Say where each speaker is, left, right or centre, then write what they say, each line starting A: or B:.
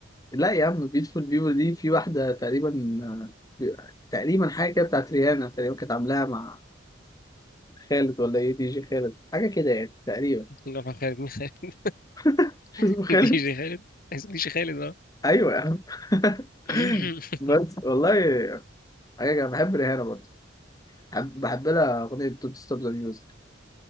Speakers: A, on the left; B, on the left.
A: لا يا عم بيوتيفول بيبل دي في واحده تقريبا آه، بي- تقريبا حاجه كده بتاعت ريانا تقريبا كانت عاملاها مع خالد ولا ايه دي جي خالد حاجه كده يعني تقريبا
B: <laughs> خالد مين خالد
A: <laughs> مش اسمه
B: <laughs>
A: خالد
B: دي جي خالد عايز دي جي خالد اه
A: ايوه يا عم <laughs>
B: <laughs>
A: بس والله حاجة كده بحب ريهانة برضه بحب, بحب لها أغنية دونت ستوب ذا ميوزك